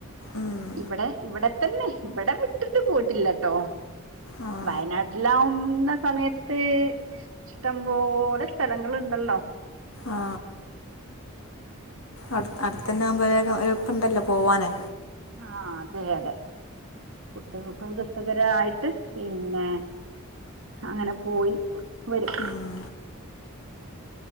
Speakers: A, on the left; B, on the right.
A: ഉം,
B: ഇവിടെ ഇവിടെ തന്നെ ഇവിടെ വിട്ടിട്ട് പോയിട്ടില്ലട്ടോ
A: ആ
B: വയനാട്ടിലാവും ഇന്ന സമയത്ത് ഇഷ്ടംപോലെ സ്ഥലങ്ങളുണ്ടല്ലോ
A: ആ അടു അടുത്തന്നെ
B: അതെ
A: ആവുമ്പോ <unintelligible> ഒരു പ്പണ്ടല്ലോ പോവാന്
B: ആ അതെ അതെ കുട്ടികൾക്കൊരു രസകരായിട്ട് പിന്നേ അങ്ങനെ പോയി വരും
A: ഉം